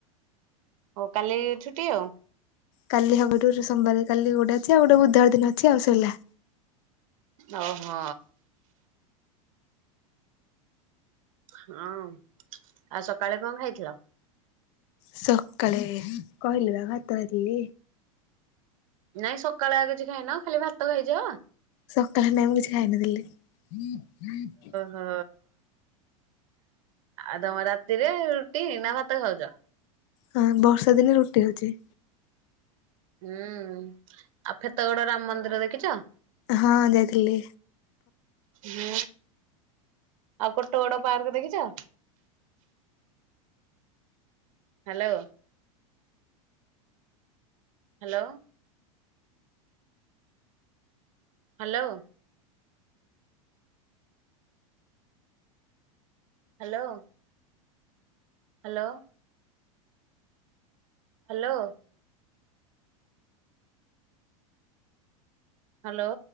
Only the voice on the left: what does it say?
କାଲି ହବାଠାରୁ ସୋମବାରେ କାଲି ଗୋଟେ ଅଛି ଆଉ ଗୋଟେ ବୁଧବାର ଦିନ ଅଛି ଆଉ ସଇଲା।
ସକାଳେ କହିଲି ବା ଭାତ ଖାଇଥିଲି।
ସକାଳ ହେଲେ ମୁଁ କିଛି ଖାଇ ନଥିଲି।
ହଁ ବର୍ଷା ଦିନେ ରୁଟି ହଉଛି।
ହଁ ଯାଇଥିଲି।